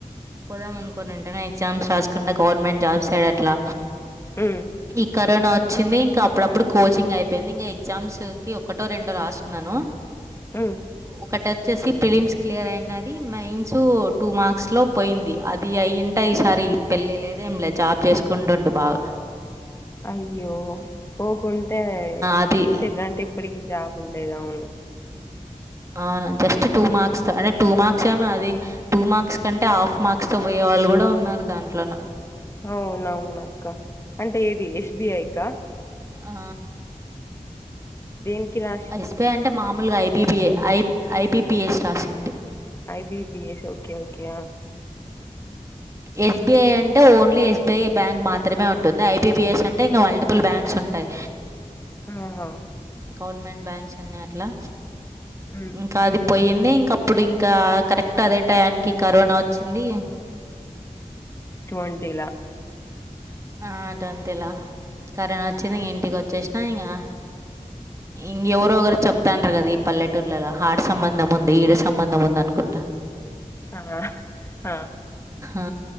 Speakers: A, on the right; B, on the left.
A: పోదామ అనుకునింటేనే ఎగ్జామ్స్ రాసుకుంట గవర్నమెంట్ జాబ్స్ సైడ్ అట్లా
B: ఉ
A: ఈ కరోనా వచ్చింది ఇంకా అప్పుడప్పుడు కోచింగ్ అయిపోయింది ఇంకా ఎగ్జామ్స్కి ఒకటో రెండో రాస్తున్నాను
B: ఉ
A: ఒకటి వచ్చేసి ప్రిలిమ్స్ క్లియర్ అయినది మైన్స్ టూ మార్క్స్ లో పోయింది అది అయింటే ఈసారి పెళ్ళి లేదే ఏం లేదు జాబ్ చేసుకుంటుండు బాగా
B: అయ్యో పోకుంటే
A: అది
B: సట్ అంటే ఇప్పటికి జాబ్ ఉండేది అవును
A: అవును జస్ట్ టూ మార్క్స్ అంటే టూ మార్క్స్ ఏమో అది టూ మార్క్స్ కంటే హాఫ్ మార్క్స్ తో పోయే వాళ్ళు కూడా ఉన్నారు దాంట్లోన
B: అవునవునక్క అంటే ఏది ఎస్బిఐకా
A: ఆ
B: దేనికి రా
A: ఎస్బఐ అంటే మామూలుగా ఐబిబిఐ ఐబిపీఎస్ రాసింది
B: ఐబిపిఎస్ ఓకే ఓకే
A: ఎస్బీఐ అంటే ఓన్లీ ఎస్బీఐ బ్యాంక్ మాత్రమే ఉంటుంది ఐబిబిఎస్ అంటే ఇంకా మల్టిపుల్ బ్యాంక్స్ ఉంటాయి
B: ఆహా
A: గవర్నమెంట్ బ్యాంక్స్ అన్నీ అట్లా
B: హ్మ్
A: ఇంకా అది పోయింది ఇంక అప్పుడు ఇంకా కరెక్ట్ అదే టయానికి కరోనా వచ్చింది
B: ట్వంటీలా
A: ఆ ట్వంటీల కరోనా వచ్చింది ఇంక ఇంటికి వచ్చేసినా ఇంకా ఇంకెవరు ఒకరు చెప్తంటారు కదా ఈ పల్లెటూర్లలో హాడ్ సంబంధం ఉంది ఈడ సంబంధం ఉంది అనుకుంటా
B: ఆ ఆ
A: ఆ